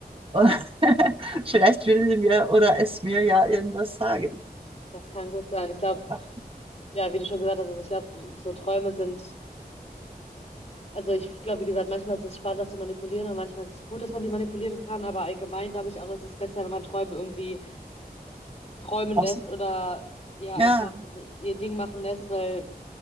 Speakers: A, on the right; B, on the left.
A: Und <laughs> vielleicht will sie mir oder es mir ja irgendwas sagen.
B: das kann gut sein. Ich glaube,
A: Ach,
B: ja, wie du schon gesagt hast, also ich glaube, so Träume sind, also ich glaube, wie gesagt, manchmal ist es spannend, das zu manipulieren und manchmal ist es gut, dass man die manipulieren kann, aber allgemein glaube ich auch, es ist besser, wenn man Träume irgendwie träumen
A: auf
B: lässt
A: sie.
B: oder ja
A: Ja,
B: einfach ihr Ding machen lässt, weil